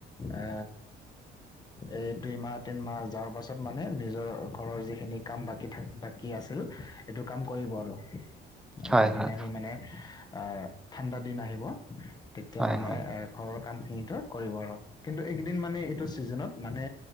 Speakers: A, on the left (about 20°); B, in the centre.
A: এ, এই দুই মাহ তিন মাহ যোৱাৰ পাছত মানে, নিজৰ ঘৰৰ যিখিনি কাম বাকী থাকে বাকী আছে ই, এইটো কাম কৰিব আৰু।
B: হয়
A: যি দিনা
B: হয়
A: খন মানে অ', ঠাণ্ডা দিন আহিব, তেতিয়া
B: হয়
A: মানে
B: হয়
A: এ ঘৰত কাম খিনিতো কৰিব আৰু কিন্তু, এই কেইদিন মানে এইটো চিজনত মানে